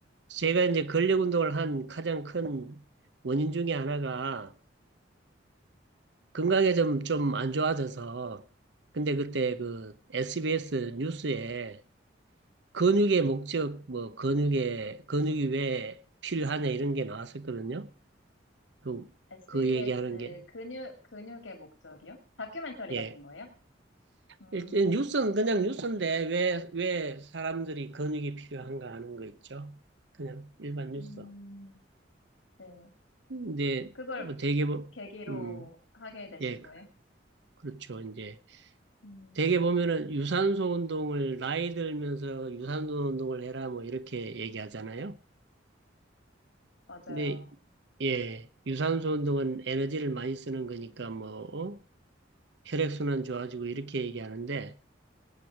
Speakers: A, on the right (about 65°); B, on the left (about 80°).
A: 제가 이제 근력 운동을 한 가장 큰 원인 중에 하나가 건강에 좀 좀 안 좋아져서 근데 그때 그 SBS 뉴스에 근육의 목적, 뭐, 근육의, 근육이 왜 필요하냐, 이런 게 나왔었거든요. 그,
B: SBS
A: 그 얘기하는 게.
B: 근육, 근육의 목적이요? 다큐멘터리
A: 예.
B: 같은 거예요? 음,
A: 일단 뉴스는 그냥 뉴스인데, 왜, 왜 사람들이 근육이 필요한가 하는 거 있죠. 그냥 일반 뉴스.
B: 음, 네.
A: 근데,
B: 그걸
A: 뭐, 되게, 보-
B: 계기로
A: 음,
B: 하게 되신
A: 예,
B: 거예요?
A: 그- 그렇죠. 이제,
B: 음,
A: 되게 보면은 유산소 운동을, 나이 들면서 유산소 운동을 해라, 뭐, 이렇게 얘기하잖아요.
B: 맞아요.
A: 근데 예, 유산소 운동은 에너지를 많이 쓰는 거니까 뭐 어? 혈액순환 좋아지고 이렇게 얘기하는데